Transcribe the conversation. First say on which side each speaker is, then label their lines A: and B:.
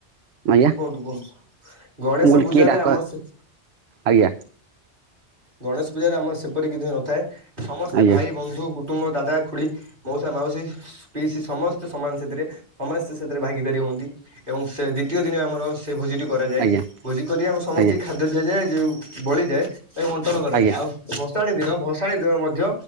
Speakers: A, on the right (about 65°); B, on the right (about 50°).
A: ଆଜ୍ଞା
B: କୁହନ୍ତୁ କୁହନ୍ତୁ ଗଣେଶ
A: ମୁଁ କହିଲି
B: ପୂଜାରେ
A: କିଏ ଡାକ
B: ଆମର ସେ
A: ଆଜ୍ଞା।
B: ଗଣେଶ ପୂଜାରେ ଆମର ସେପରି କିଛି ନଥାଏ ସମସ୍ତେ
A: ଆଜ୍ଞା
B: ଭାଇ ବନ୍ଧୁ କୁ କୁଟୁମ୍ବ ଦାଦା ଖୁଡି ମଉସା ମାଉସୀ ପିଇସି ସମସ୍ତେ ସମାନ ସେଥିରେ ସମସ୍ତେ ସେଥିରେ ଭାଗିଦାରୀ ହୁଅନ୍ତି। ଏବଂ ସେ ଦ୍ଵିତୀୟ ଦିନ ଆମର ସେ ଭୋଜିଟି କରାଯାଏ
A: ଆଜ୍ଞା
B: ଭୋଜି କରି ଆମେ ସମସ୍ତେ
A: ଆଜ୍ଞା
B: ଖା ମଧ୍ୟ ଦିଆଯାଏ ଯେଉଁ ବଳିଯାଏ ତାକୁ ବଣ୍ଟନ କରାଯାଏ
A: ଆଜ୍ଞା
B: ଆଉ ଭଷାଳୀ ଦିନ ଭଷାଣି ଦିନ ମଧ୍ୟ